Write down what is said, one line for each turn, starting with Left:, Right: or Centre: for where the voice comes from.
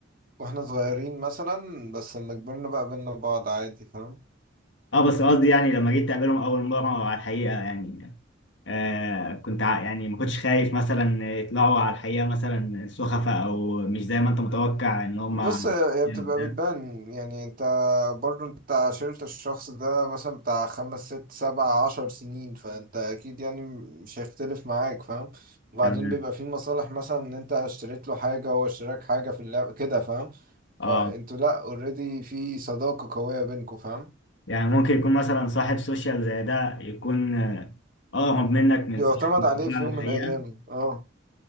Right: واحنا صغيرين مثلا بس لما كبرنا بقى قابلنا بعض عادي فاهم
Left: اه بس قصدي يعني لما جيت تقابلهم اول مرة على الحقيقة يعني آه كنت ع- يعني ما كنتش خايف مثلا يطلعوا على الحقيقة مثلا سخفة او مش زي ما انت متوقع ان هم
Right: بص هي هي
Left: يعني
Right: بتبقى
Left: ده؟
Right: بتبان يعني انت برضو انت عاشرت الشخص ده مثلا بتاع خمس ست سبع عشر سنين فانت اكيد يعني مش هيختلف معاك فاهم وبعدين
Left: تمام
Right: بيبقى في مصالح مثلا ان انت اشتريت له حاجة وهو اشتراك حاجة في اللعب كده فاهم
Left: اه
Right: فانتوا لا اوريدي في صداقة قوية بينكوا فاهم
Left: يعني ممكن يكون مثلا صاحب سوشيال زي ده يكون اه هرب منك من
Right: يعتمد
Left: صح
Right: عليه
Left: على
Right: في يوم
Left: الحقيقة
Right: من الايام اه